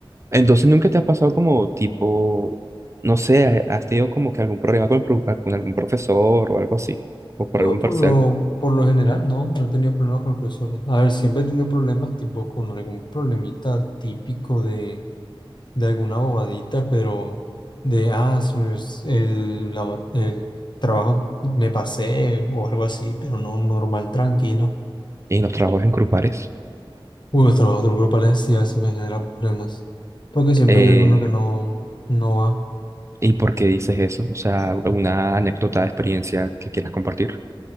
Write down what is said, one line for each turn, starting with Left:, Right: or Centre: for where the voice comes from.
Right: Entonces, ¿nunca te ha pasado como tipo, no sé, has tenido como que algún problema con, el pro- con algún profesor o algo así, o por
Left: No,
Right: algún
Left: por
Right: parcial
Left: lo, por lo general, no, no he tenido problemas con los profesores. A ver, siempre he tenido problemas tipo con algún problemita típico de, de alguna bobadita, pero de, ah, se me es- el, la- el trabajo me pasé o algo así, pero no normal, tranquilo.
Right: en los trabajos en grupales?
Left: Uy, los trabajos del grupo sí así me genera problemas, porque siempre
Right: Eh,
Left: hay alguno que no, no va.
Right: ¿y por qué dices eso? O sea, alguna anécdota de experiencia que quieras compartir.